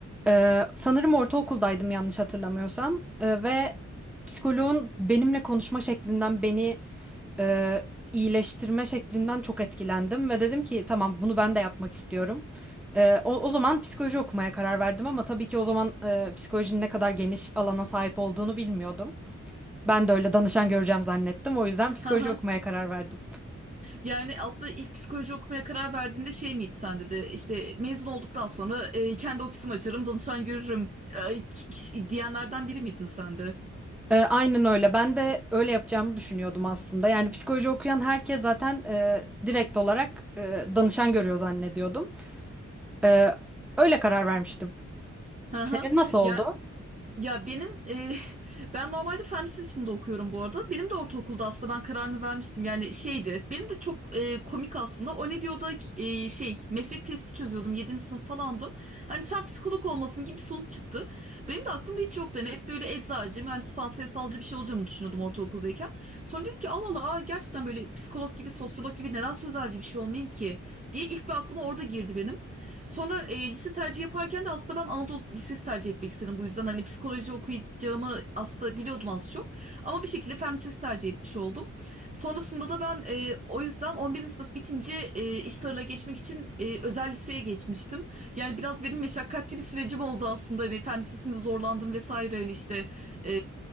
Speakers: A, in the centre; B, on the right (about 25°).
A: Ee, sanırım ortaokuldaydım yanlış hatırlamıyorsam. Ee, ve psikoloğun benimle konuşma şeklinden beni e, iyileştirme şeklinden çok etkilendim. Ve dedim ki tamam bunu ben de yapmak istiyorum. Ee, o, o zaman psikoloji okumaya karar verdim ama tabii ki o zaman e, psikolojinin ne kadar geniş alana sahip olduğunu bilmiyordum. Ben de öyle danışan göreceğim zannettim. O yüzden psikoloji
B: Haha.
A: okumaya karar verdim.
B: Yani aslında ilk psikoloji okumaya karar verdiğinde şey miydi sende de işte mezun olduktan sonra e, kendi ofisimi açarım, danışan görürüm e, ki- ki- diyenlerden biri miydin sen de?
A: E, aynen öyle. Ben de öyle yapacağımı düşünüyordum aslında. Yani psikoloji okuyan herkes zaten e, direkt olarak e, danışan görüyor zannediyordum. E, öyle karar vermiştim.
B: Haha.
A: Senin nasıl oldu?
B: Ya Ya benim e, <laughs> ben normalde fen lisesinde okuyorum bu arada. Benim de ortaokulda aslında ben kararımı vermiştim. Yani şeydi. Benim de çok e, komik aslında. O ne diyor e, şey meslek testi çözüyordum. yedinci sınıf falandım. Hani sen psikolog olmasın gibi bir sonuç çıktı. Benim de aklımda hiç yoktu. Hani hep böyle eczacı, mühendis falan sayısalcı bir şey olacağımı düşünüyordum ortaokuldayken. Sonra dedim ki Allah Allah aa, gerçekten böyle psikolog gibi, sosyolog gibi neden sözelci bir şey olmayayım ki diye ilk bir aklıma orada girdi benim. Sonra e, lise tercihi yaparken de aslında ben Anadolu Lisesi tercih etmek istedim. Bu yüzden hani psikoloji okuyacağımı aslında biliyordum az çok. Ama bir şekilde fen lisesi tercih etmiş oldum. Sonrasında da ben e, o yüzden 11. sınıf bitince e, iş tarla geçmek için e, özel liseye geçmiştim. Yani biraz benim meşakkatli bir sürecim oldu aslında. Hani fen lisesinde zorlandım vesaire. Hani işte e,